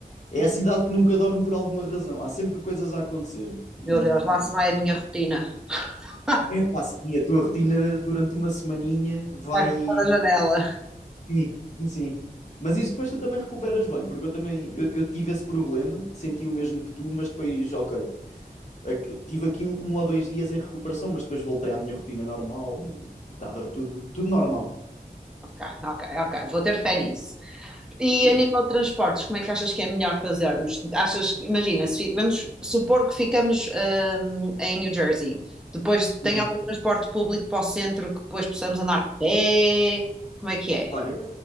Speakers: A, on the left (about 45°); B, in the centre.
A: é a cidade que nunca dorme por alguma razão. Há sempre coisas a acontecer. E,
B: Meu Deus, lá se
A: e...
B: vai a minha rotina. <laughs>
A: Epá, sim, a tua rotina durante uma semaninha vai.
B: Vai para da janela.
A: Sim, sim. sim. Mas isso depois tu também recuperas bem, porque eu também eu, eu tive esse problema, senti o mesmo que tu, mas depois, ok, ac- tive aqui um, um ou dois dias em recuperação, mas depois voltei à minha rotina normal e estava tudo, tudo normal.
B: Ok, ok, ok. Vou ter fé nisso. E
A: Sim.
B: a nível de transportes, como é que achas que é melhor fazermos? Achas, que- imagina, se fi- vamos supor que ficamos hum, em New Jersey. Depois tem
A: Uhum.
B: algum transporte público para o centro que depois possamos andar a pé? Como é que é?
A: Olha,